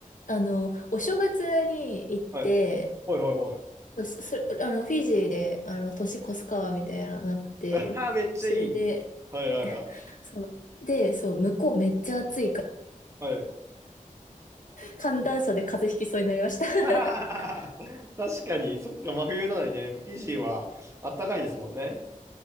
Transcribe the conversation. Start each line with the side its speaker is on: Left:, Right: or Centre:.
Left: あの、お正月に行って、
Right: はい。はいはいはい。
Left: そ、そあの、フィジーで、あの、年越すか、みたいな、なって、
Right: ああ、めっちゃいい。
Left: それで、
Right: はいはいは
Left: そう、で、そう、向こうめっちゃ暑い。
Right: い。はい。
Left: 寒暖差で風邪ひきそうになりました <laughs>
Right: <laughs> 確かに、そっか、真冬なのにね、フィジーはあったかいですもんね。